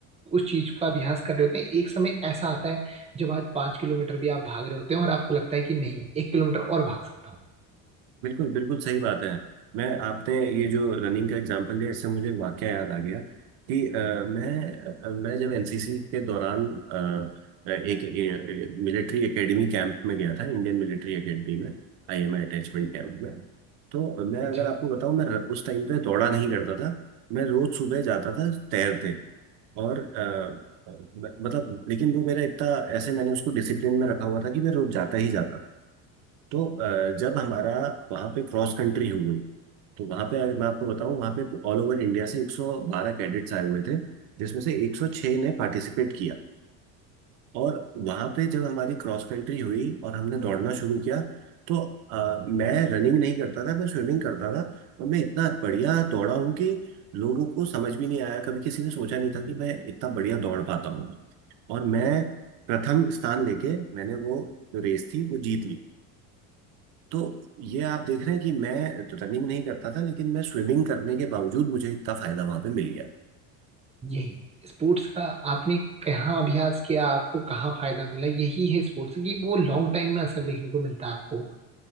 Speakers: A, on the right (about 15°); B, on the right (about 65°).
A: उस चीज का अभ्यास कर रहे होते हैं एक समय ऐसा आता है जब आज पाँच किलोमीटर भी आप भाग रहे होते हैं और आपको लगता है कि नहीं एक किलोमीटर और भाग सकता हूँ
B: बिल्कुल बिल्कुल सही बात है मैं आपने ये जो रनिंग का एग्जांपल दिया इससे मुझे वाकया याद आ गया कि अ, मैं अ, मैं जब एनसीसी के दौरान अ, एक मिलिट्री एकेडमी कैंप में गया था इंडियन मिलिट्री एकेडमी में आईएमए अटैचमेंट कैंप में तो मैं
A: अच्छा
B: अगर आपको बताऊं मैं र- उस टाइम पे दौड़ा नहीं करता था मैं रोज सुबह जाता था तैरते और अ, अ, मतलब लेकिन वो मेरा इतना ऐसे मैंने उसको डिसिप्लिन में रखा हुआ था कि मैं रोज जाता ही जाता था तो अ, जब हमारा वहाँ पे क्रॉस कंट्री हुई तो वहाँ पे अगर मैं आपको बताऊँ वहाँ पे ऑल ओवर इंडिया से 112 कैडेट्स आए हुए थे जिसमें से 106 ने पार्टिसिपेट किया और वहाँ पे जब हमारी क्रॉस कंट्री हुई और हमने दौड़ना शुरू किया तो अ, मैं रनिंग नहीं करता था मैं स्विमिंग करता था और मैं इतना बढ़िया दौड़ा हूँ कि लोगों को समझ भी नहीं आया कभी किसी ने सोचा नहीं था कि मैं इतना बढ़िया दौड़ पाता हूँ और मैं प्रथम स्थान लेके मैंने वो जो रेस थी वो जीत ली तो ये आप देख रहे हैं कि मैं तो रनिंग नहीं करता था लेकिन मैं स्विमिंग करने के बावजूद मुझे इतना फायदा वहां पे मिल गया
A: यही स्पोर्ट्स का आपने कहाँ अभ्यास किया आपको कहाँ फायदा मिला यही है स्पोर्ट्स की वो लॉन्ग टाइम में असर देखने को मिलता है आपको